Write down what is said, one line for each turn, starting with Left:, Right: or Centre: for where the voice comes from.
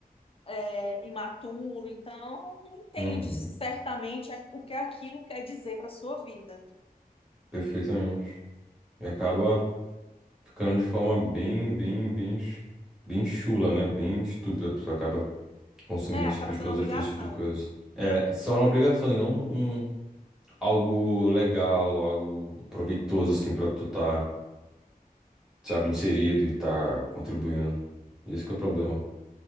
Left: é, imaturo. Então não entende
Centre: Uhum.
Left: certamente a- o que é aquilo quer dizer para sua vida.
Centre: Perfeitamente. E acaba ficando de forma bem, bem, bem, chu- bem chula, né? Bem estúpida. A pessoa acaba consumindo
Left: É, acaba
Centre: esse tipo de
Left: sendo
Centre: filosofia,
Left: uma obrigação.
Centre: esse tipo de coisa. É, se torna uma obrigação e não um, algo legal, algo proveitoso, assim, pra tu tá, sabe, inserido e tá contribuindo. Esse que é o problema.